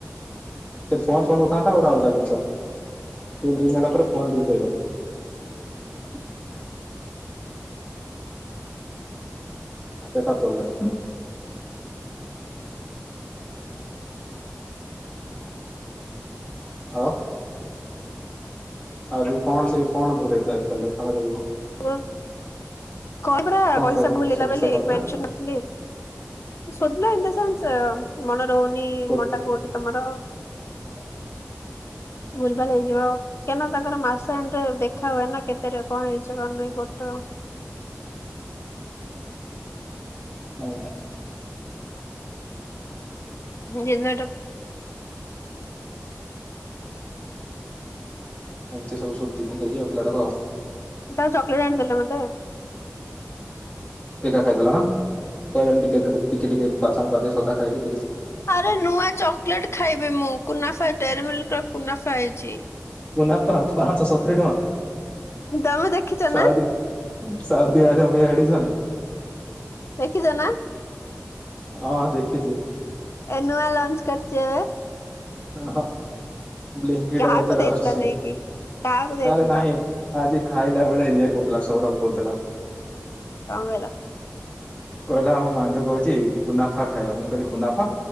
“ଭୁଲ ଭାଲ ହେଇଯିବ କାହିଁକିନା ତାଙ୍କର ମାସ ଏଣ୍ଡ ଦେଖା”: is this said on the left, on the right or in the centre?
Left